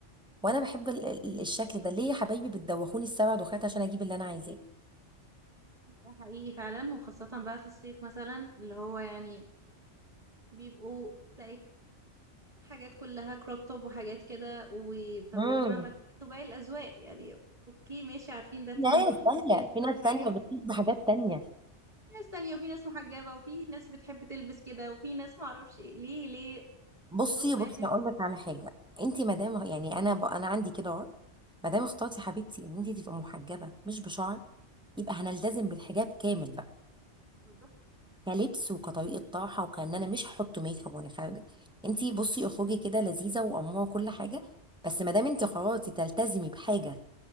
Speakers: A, in the centre; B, on the right (about 30°).
A: وانا بحب ال- ال- الشكل ده ليه يا حبايبي بتدوخوني السبع دوخات عشان اجيب اللي انا عايزاه
B: ده حقيقي فعلا وخاصة بقى في الصيف مثلا اللي هو يعني بيبقوا تلاقي حاجات كلها كروب توب وحاجات كده وطب
A: امم
B: يا جماعة ما انتوا باقي الأذواق يعني اوكي ماشي عارفين ده ترند
A: في ناس
B: واحنا
A: تانية
B: في صيف وكل
A: في ناس
B: حاجة
A: تانية بتطلب بحاجات تانية
B: في ناس تانية وفي ناس محجبة وفي ناس بتحب تلبس كده وفي ناس معرفش إيه. ليه ليه
A: بصي
B: ذوق واحد
A: بصي اقول لك على حاجه انت مدام يعني انا ب... انا عندي كده رأي مادام اخترتي حبيبتي ان انت تبقى محجبه مش بشعر يبقى هنلتزم بالحجاب كامل بقى
B: بالظبط
A: كلبس وكطريقه طرحه وكان انا مش هحط ميك اب وانا خارجه انت بصي اخرجي كده لذيذه واموره وكل حاجه بس مادام انت قررتي تلتزمي بحاجه